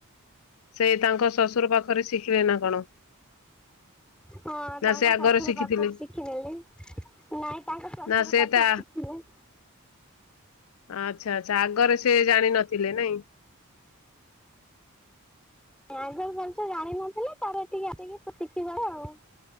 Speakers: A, on the left; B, in the centre.
A: ସେ ତାଙ୍କ ଶ୍ୱଶୁର ପାଖରେ ଶିଖିବେ ନା କଣ?
B: ହଁ ତାଙ୍କ
A: ନା ସେ ଆଗରେ
B: ଶ୍ୱଶୁର
A: ଶିଖିଥିଲେ
B: ପାଖ ଶିଖ୍ ଖିନେଲେ ନାଇଁ ତାଙ୍କ ଶ୍ୱଶୁର
A: ନା ସେ
B: ପାଖରୁ
A: ତା
B: ଶିଖିଲେ।
A: ଆଚ୍ଛା ଆଚ୍ଛା ଆଗରେ ସେ ଜାଣିନଥିଲେ ନାଇଁ?
B: ଆଗରୁ ଭାଲ ସେ ଜାଣିିନଥିଲି ତାପରେ ଏଠିକି ଆସିକି ଶିଖିଗଲେ ଆଉ।